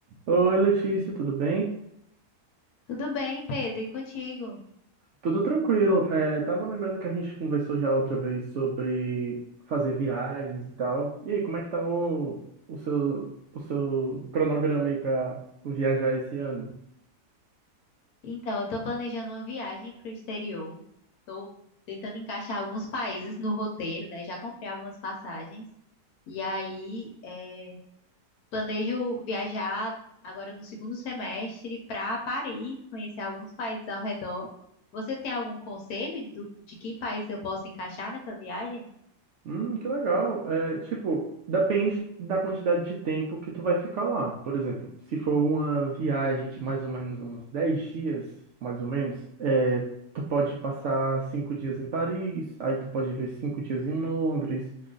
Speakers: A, on the right; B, on the left.
A: Oi, Letícia, tudo bem?
B: Tudo bem, Pedro, e contigo?
A: Tudo tranquilo. É, tava lembrando que a gente conversou já outra vez sobre fazer viagens e tal. E aí, como é que tá o, o seu, o seu cronograma aí para viajar esse ano?
B: Então, eu tô planejando uma viagem pro exterior. Tô tentando encaixar alguns países no roteiro, né? Já comprei algumas passagens. E aí, é, planejo viajar agora no segundo semestre para Paris, conhecer alguns países ao redor. Você tem algum conselho do- de que país eu posso encaixar nessa viagem?
A: Hum, que legal. É, tipo, depende da quantidade de tempo que tu vai ficar lá. Por exemplo, se for uma viagem de mais ou menos uns 10 dias, mais ou menos, é, tu pode passar 5 dias em Paris, aí tu pode ver 5 dias em Londres.